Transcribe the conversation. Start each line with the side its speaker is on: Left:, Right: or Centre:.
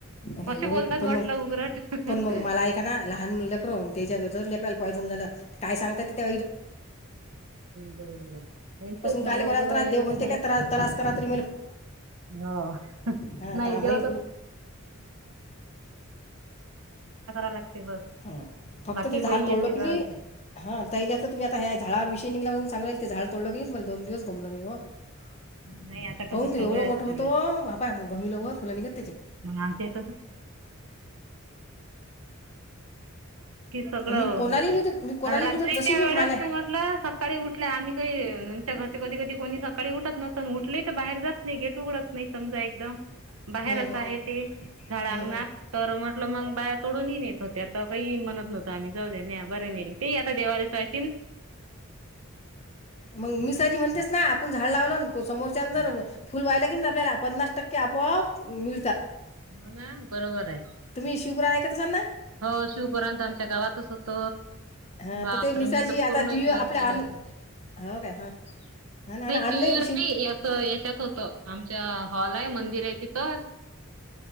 Left: नाही
Right: असे
Left: हो
Right: बोलतात
Left: बाई पण
Right: म्हटलं
Left: मग,
Right: उघरट नाही
Left: पण मग मला ऐका ना लहान लेकरू अन् ते हीच्यान जर लेकाला पॉयझन झाल काय सांगता तिथ
Right: बरोबर आहे यांचंच झाड
Left: काले
Right: होतं
Left: कोणाला
Right: बा
Left: त्रास
Right: यांच्या
Left: देऊ म्हणते काय त्रास करा तरी
Right: <inaudible> <unintelligible> करा
Left: हां आता भाई
Right: लागते बस
Left: हां फक्त
Right: बाकी
Left: ते झाड
Right: काही
Left: तोडलं
Right: याची
Left: की
Right: गरज नाई.
Left: <unintelligible> <unintelligible>
Right: नाही आता कसं सवय असते <unintelligible> कि सगळं
Left: आणि मी कोणालाही नव्हतं मी कोणालाही
Right: आणि रात्रीच्या
Left: नव्हतं जशी मी
Right: वेळेस
Left: मला
Right: म्हटलं सकाळी उठल्या आम्ही काही आमच्या घरच्या कधी कधी कोणी सकाळी उठलं उठले तर बाहेर जात नाही गेट उघडत नाही समजा एकदम बाहेरच
Left: हां हां
Right: आहे
Left: हां
Right: ते झाडांना
Left: हां
Right: तर म्हटलं मग बाया तोडूनही न येत हो त्या आता काही म्हणत नवत आम्ही जाऊ दे्या बरे नेले ते आता देवाला साहेब
Left: मग मिसाजी म्हणतेस ना आपण झाड लावल समोरच्या जर फुल वा्हायला की आपल्याला पन्नास टक्के आपोआप मिळतात
Right: हो ना बरोबर आहे
Left: तुम्ही शिवपुराण ऐकत असां ना?
Right: हो शिवपुरण तर आमच्या गावातच होत
Left: हां
Right: बापरे
Left: तर ते मिसाजी
Right: मी तर
Left: आता
Right: पूर्ण
Left: टी व्ही
Right: दिवस
Left: आपल्या
Right: गेलेते
Left: ऑन
Right: नाही
Left: हो काय हां हा ना हा ना ऑनलाईन
Right: टी. वी.
Left: शिव
Right: नाही अस याच्यात होत आमच्या हॉल आहे मंदिर आहे तिथं अ